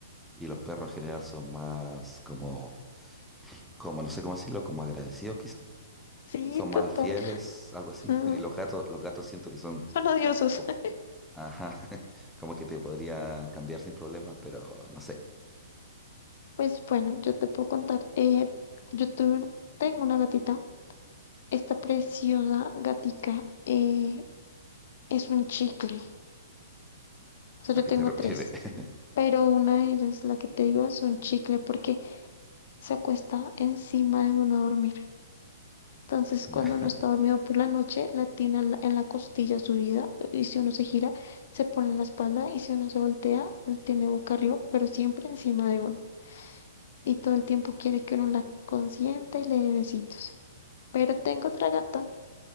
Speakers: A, in the centre; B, on the left.
A: Y los perros en general son más como, como no sé cómo decirlo, como agradecidos quizás.
B: Sí,
A: Son
B: total.
A: más fieles, algo así.
B: Mm,
A: <laughs> Y los gatos, los gatos siento que son,
B: son odiosos.
A: co-
B: <laughs>
A: ajá, <laughs> como que te podrían cambiar sin problemas, pero no sé
B: Pues bueno, yo te puedo contar. eh, yo tuve- tengo una gatita. Esta preciosa gatica eh, es un chicle. O sea,
A: a
B: yo
A: qué
B: tengo
A: te refieres.
B: tres.
A: <laughs>
B: Pero una de ellas, la que te digo, es un chicle porque se acuesta encima de uno a dormir. Entonces,
A: Ya.
B: cuando uno está dormido por la noche, la tiene en la en la costilla subida. Y si uno se gira, se pone en la espalda. Y si uno se voltea, la tiene boca arriba, pero siempre encima de uno. y todo el tiempo quiere que uno la consienta y le dé besitos. Pero tengo otra gata